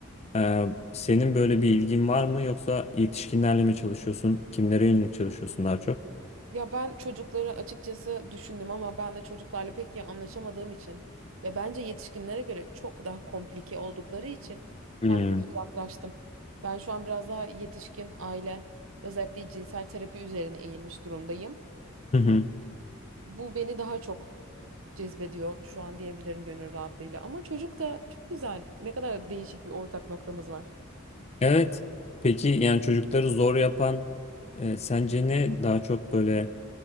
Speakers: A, on the left; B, on the right.
A: Ee, senin böyle bir ilgin var mı yoksa yetişkinlerle mi çalışıyorsun? Kimlere yönelik çalışıyorsun daha çok?
B: ya ben çocukları açıkçası düşündüm ama ben de çocuklarla pek iyi anlaşamadığım için ve bence yetişkinlere göre çok daha komplike oldukları için
A: Hmm.
B: ben biraz uzaklaştım. Ben şu an biraz daha yetişkin aile özellikle cinsel terapi üzerine eğilmiş durumdayım.
A: Hı hı.
B: Bu beni daha çok cezbediyor şu an diyebilirim gönül rahatlığıyla. Ama çocuk da çok güzel. Ne kadar değişik bir ortak noktamız var.
A: Evet. Peki yani çocukları zor yapan e, sence ne? Daha çok böyle